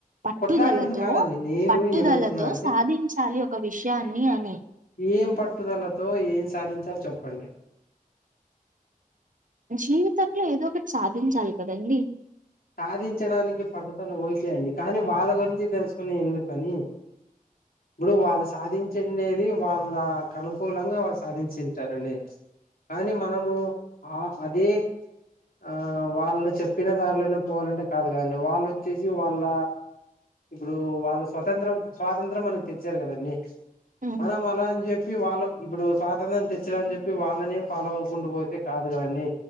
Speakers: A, on the right; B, on the left.
A: పట్టుదలతో
B: కొట్లాడమని కాదండి నేను
A: పట్టుదలతో
B: ఏమంటున్నా అంటే
A: సాధించాలి ఒక విషయాన్ని అని
B: ఏం పట్టుదలతో ఏం సాధించాలో చెప్పండి
A: జీవితంలో ఏదో ఒకటి సాధించాలి కదండి
B: సాధించడానికి పడుతను ఓకేయండి కానీ వాళ్ళ గురించి తెలుసుకునే ఎందుకని ఇప్పుడు వాళ్ళు సాధించండేది వాళ్ళ అనుకూలంగా వాళ్ళు సాధించింటారండి కానీ మనము ఆ అదే ఆ వాళ్ళు చెప్పిన దారిలోనే పో పోవాలంటే కాదు కదండి వాళ్ళు వచ్చేసి వాళ్ళ ఇప్పుడు వాళ్ళు స్వతంత్రం స్వాతంత్రం మనకి తెచ్చారు కదండి
A: హ్మ్.
B: మనం అలా అని చెప్పి వాళ్ళ ఇప్పుడు స్వాతంత్రం తెచ్చాలని చెప్పి వాళ్ళనే ఫాలో అవకుంటూ పోతే కాదు కదండి